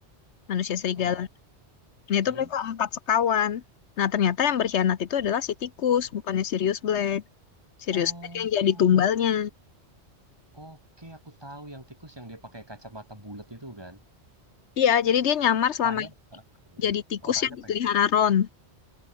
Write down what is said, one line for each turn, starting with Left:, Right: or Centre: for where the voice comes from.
Left: manusia serigala.
Right: Oh, Oke.
Left: Nah, itu mereka empat sekawan. Nah, ternyata yang berkhianat itu adalah si tikus, bukannya Sirius Black. Sirius
Right: Oh,
Left: Black yang jadi
Right: oh,
Left: tumbalnya.
Right: oke, aku tahu yang tikus yang dia pakai kacamata bulat itu kan.
Left: Iya, jadi dia nyamar selama
Right: Orangnya,
Left: ini
Right: Ah, iya, iya.
Left: jadi tikus
Right: orangnya
Left: yang dipelihara
Right: pakai.
Left: Ron.